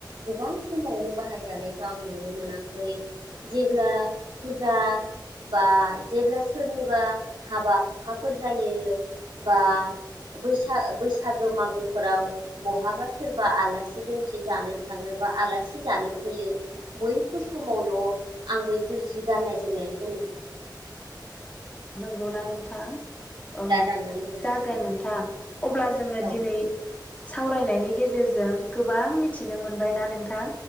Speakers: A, on the right; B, on the left.
A: गोबां समावनो बाहायजानायखौ आं नुनो मोनाखै, जेब्ला फुजा बा जेब्ला सोरनिबा हाबा हुखा फोर जायो बा बैसा बैसागो मागोफोराव बहाबा सोरबा आलासि दुमसि जानो थांङो बा आलासि जानो फैयो बैफोर समावल आं बैफोर जि गाननाय जोमनाय हुनु
B: नंगौना नोंथां औ
A: दाननानै हरदो
B: जागोन
A: नामा
B: नोंथां अब्ला जोंङो
A: औ
B: दिनै सावरायनायनि गेजेरजों गोबां मिथिनो मोनबायना नोंथां।